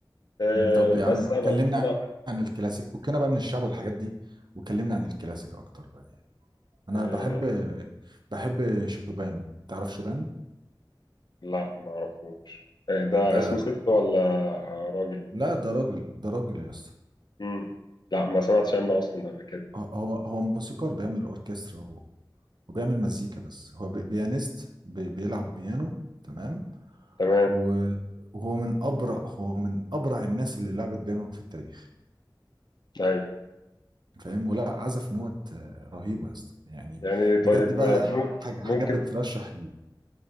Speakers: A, on the left; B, on the right.
A: آه
B: مم، طب يا
A: بس
B: عم
A: أنا
B: كلمنا
A: أنا
B: عن الكلاسيك فكنا بقى من الشعب والحاجات دي وكلمنا عن الكلاسيك اكتر بقى يعني انا
A: آه
B: بحب بحب شوبان تعرف شوبان
A: لا ما أعرفوش آه ده
B: ده
A: اسم ست ولا آه، راجل
B: لا ده راجل ده راجل يا اسطى
A: مم. لا ما سمعتش عنه أصلا قبل كده
B: هو هو موسيقار بيعمل اوركسترا و- وبيعمل مزيكا بس هو بي- بيانست بي- بيلعب بيانو تمام
A: تمام
B: و- وهو من ابرع هو من ابرع الناس اللي لعبت بيانو في التاريخ
A: أيوه
B: فاهم ولا عزف نوت رهيبه يا اسطى يعني
A: يعني طيب
B: بجد
A: ما
B: بقى
A: مم-
B: حاجه حاجات
A: ممكن
B: بترشح